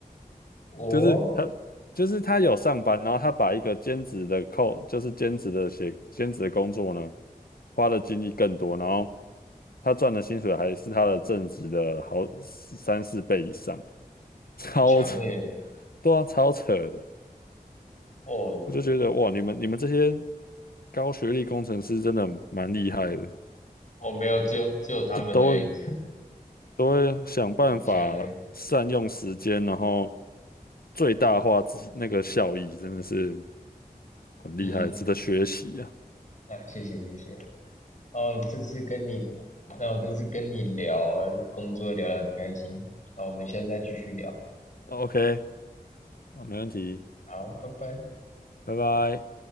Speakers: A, on the left; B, on the left.
A: 我
B: 就是他，就是他有上班，然后他把一个兼职的扣，就是兼职的写兼职的工作呢，花的精力更多，然后他赚的薪水还是他的正职的好三四倍以上，超扯，
A: 很强耶，
B: 对啊，超扯的，
A: 哦
B: 我就觉得哇，你们你们这些高学历工程师真的蛮厉害的，
A: 我没有，只有只有他们而已，
B: 都都都会想办法善用时间，
A: <laughs> 很强耶。
B: 然后最大化自己那个效益，真的是。很厉害，
A: 嗯，
B: 值得学习啊。
A: 那谢谢谢谢。哦，这次跟你，那我这次跟你聊工作聊得很开心，好，我们下次再继续聊。
B: OK，啊，没问题，
A: 好，拜拜。
B: 拜拜。